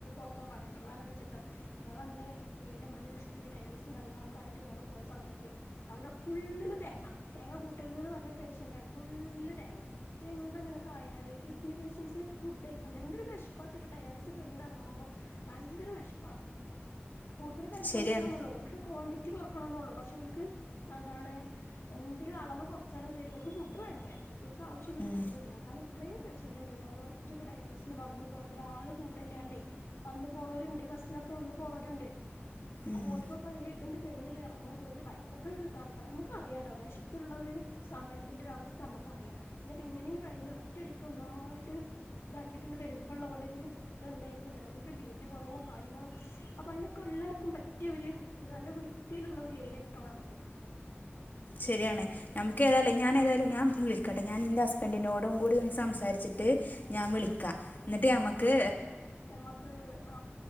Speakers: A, on the left; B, on the left.
A: ഒപ്പം വേണ്ടണ്ട് വേറെന്തു വെച്ചിട്ട, ഞങ്ങങ്ങളന്ന് എന്റെ ഉമ്മന് ജസ്റ്റ്‌ ഡയാലിസും കാര്യങ്ങളൊക്കെ ആയിട്ട് ഞങ്ങൾ പോയ സമയത്ത് അവിടെ ഫുള്ളിലും തേങ്ങ തേങ്ങ കൂട്ടരുത് എന്ന് പറഞ്ഞൊ പേഷ്യൻറ് ആണ് ഫു നല്ല തേങ്ങ എന്തെങ്ങനെയൊക്കെ ആയാലല് കിഡ്നി പേഷ്യൻസ് ഫുഡ്ക്കണ്ട് എന്തൊരു വിഷപ്പാച്ചിട്ട് ഡയാലിസിസ് കഴിഞ്ഞിട്ട ഇറങ്ങുമ്പോ ഭയങ്കര വിശപ്പാണ്. കൂടുതൽ കഴിക്കാൻ
B: ശരിയാണ്
A: പറ്റില്ലാന്നോള്ളൂ ക്വാണ്ടിറ്റി കുറക്കണന്നള്ളൂ. പക്ഷേ ഇവള്ക്ക് എന്താണ് എന്തെലും അളവ് കുറച്ചാലും ശരിക്ക് ഫുഡ് വേണ്ട. ആ ഇവര്ക്ക് ആവശ്യള്ളൊരു
B: ഉം
A: ഫുഡ് ഇല്ല കാരണം അത്രയ പേഷ്യന്റ് ഉണ്ട്ടോ, അവിടെ ഒറ്റൊക്കെ ഡയാലിസിന് വന്നു പോകണ ഒരാൾള് കൂടല്ലാണ്ടേ, വന്നു പോണവരുണ്ട് ബസ്സൊക്കെ അ വന്ന് പോണവരുണ്ട്
B: ഉം
A: അപ്പൊ ോൾക്കോക്ക ദണ്ട് കഴിഞ്ഞിട്ട് ഇറങ്ങുമ്പ ഒരു ഭയങ്കര ഒരു ഇതാണ് കാരണം നമുക്ക അറിയാാലോ വിശപ്പുള്ള ഒരു സമയത്തിന്റെ ഒരു അവസ്ഥ നമുക്കറിയാം പിന്നെ ഇപ്പ ഇങ്ങനെയും കഴിഞ്ഞഞ് ഒറ്റടിക്ക് ഒന്നായിട്ട് ഇതാക്കിയിട്ടിണ്ട് വരുമ്പോൾള്ള പോലെ ഒരു ഇതന്തായിരിക്കും ചിലതൊക്കെ ബി പി കുറവും കാര്യങ്ങളും അപ്പൊ അതിനൊക്കെ എല്ലാവർക്കും പറ്റിയ ഒരു നല്ല വൃത്തിയിലുള്ള ഒരു ഏരിയ കിട്ടണം നമുക്ക്
B: ശരിയാണ് നമ്മക്ക്
A: ഉം
B: ഏതാല്ലേ ഞാൻ ഏതാല്ലേ വിൽക്കട്ടേ ഞാൻ എൻ്റെ ഹസ്ബൻ്റിനോടും കൂടി ഒന്ന് സംസാരിച്ചിട്ട് ഞാൻ വിളിക്കാ എന്നിട്ട് ഞമ്മക്ക്
A: നമ്മക്ക് ആ